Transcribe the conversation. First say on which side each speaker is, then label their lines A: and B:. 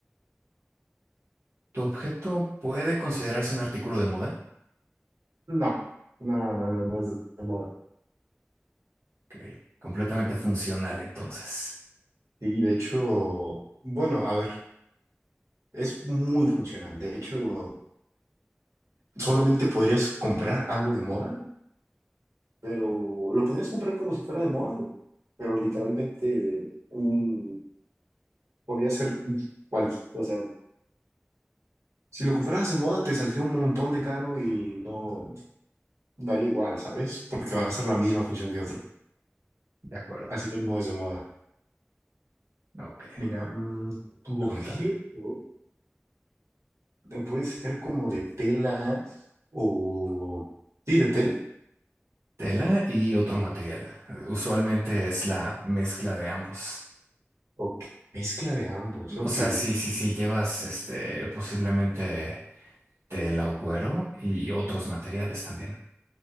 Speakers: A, on the right (about 65°); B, on the right (about 85°).
A: ¿tu objeto puede considerarse un artículo de moda?
B: No, no, no, no, no es de moda.
A: Ok, completamente funcional entonces.
B: Y de hecho, bueno, a ver, es muy funcional. De hecho, solamente podrías comprar algo de moda, pero lo podrías comprar como si fuera de moda, pero literalmente un, podría ser cualquier, o sea, si lo compraras de moda te saldría un montón de caro y no. Daría igual, ¿sabes? Porque va a ser la misma función que otro.
A: De acuerdo.
B: Así que no es de moda.
A: Ok,
B: Mira, mm, tu
A: pregúntame.
B: objeto eh, puede ser como de tela o... Sí, de tela.
A: Tela y otro material. Usualmente es la mezcla de ambos.
B: Ok. Mezcla de ambos. Ok,
A: O sea, sí,
B: o-
A: sí, sí, llevas este posiblemente tela o cuero y otros materiales también.